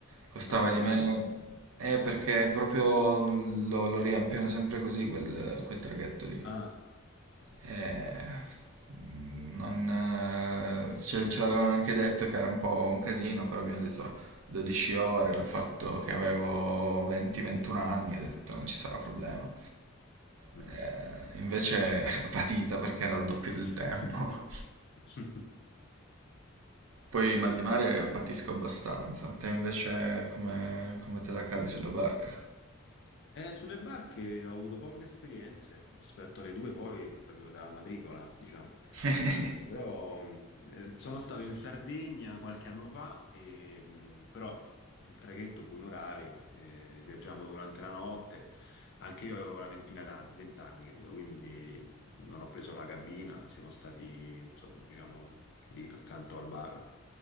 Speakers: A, on the right; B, on the left.
A: Costava
B: Ma come
A: di
B: mai?
A: meno, eh, perché proprio lo, lo riempiono sempre così quel, quel traghetto lì.
B: Ah. Yes.
A: Eh, non, eh, ce, ce l'avevano anche detto che era un po' un casino, però abbiamo detto 12 ore, l'ho fatto che avevo 20-21 anni, ho detto non ci sarà problema.
B: Mm.
A: Eh, invece <laughs> l'ho patita perché era il doppio del
B: <laughs>
A: tempo. Poi mal di mare patisco abbastanza. Te invece come, come te la cavi sulla barca?
B: Eh, sulle barche ho avuto poche esperienze rispetto alle due, poi proprio da matricola, diciamo.
A: <laughs>
B: Però mh, eh, sono stato in Sardegna qualche anno fa, e, mh, però il traghetto fu in orario, eh, viaggiamo durante la notte. Anche io avevo una ventina d'anni, vent'anni credo, quindi non ho preso la cabina, siamo stati, insomma, diciamo, lì accanto al bar.